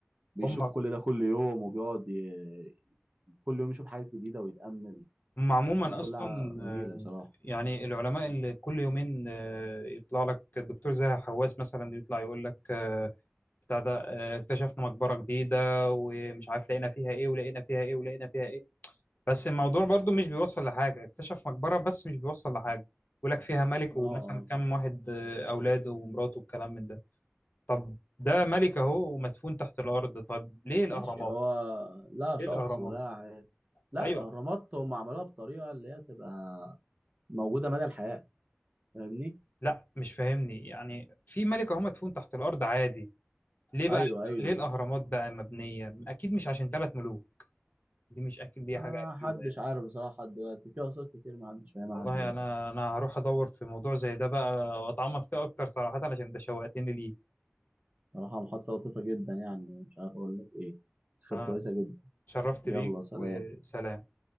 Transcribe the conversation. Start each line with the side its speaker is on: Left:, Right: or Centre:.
Right: بيشوف
Left: هم
Right: كل ده كل يوم وبيقعد ي... كل يوم يشوف حاجات جديدة ويتأمل
Left: هم عموما
Right: الحاجات
Left: اصلا
Right: كلها جميلة
Left: آه،
Right: بصراحة
Left: يعني العلماء اللي كل يومين آه، يطلع لك الدكتور زاهي حواس مثلا يطلع يقول لك آه، بتاع ده آه، اكتشفنا مقبره جديده ومش عارف لقينا فيها ايه ولقينا فيها ايه ولقينا فيها ايه بس الموضوع برضو مش بيوصل لحاجة اكتشف مقبرة بس مش بيوصل لحاجة يقول لك فيها ملك ومثلا
Right: اه اه
Left: كم واحد آه، أولاده ومراته والكلام من ده طب ده ملك أهو ومدفون تحت الأرض طب ليه
Right: ماشي
Left: الأهرامات؟
Right: هو لا شخص
Left: ليه الأهرامات؟
Right: ولا عاد. لا
Left: أيوه
Right: الأهرامات هم عملوها بطريقة اللي هي تبقى موجودة مدى الحياة فاهمني؟
Left: لا مش فاهمني يعني في ملك أهو مدفون تحت الأرض عادي ليه بقى
Right: أيوه أيوه
Left: ليه الأهرامات بقى مبنية؟ أكيد مش عشان ثلاث ملوك دي مش أكيد دي
Right: ما
Left: حاجة أكيدة
Right: حدش
Left: يعني
Right: عارف بصراحة لحد دلوقتي في أقساط كتير ما حدش فاهمها
Left: والله
Right: لحد دلوقتي
Left: أنا أنا هروح أدور في موضوع زي ده بقى وأتعمق فيه أكتر صراحة عشان أنت شوقتني ليه
Right: بصراحة محادثة لطيفة جدا يعني مش عارف أقول لك إيه بس كانت
Left: أنا
Right: كويسة جدا
Left: شرفت
Right: يلا
Left: بيك
Right: سلام
Left: وسلام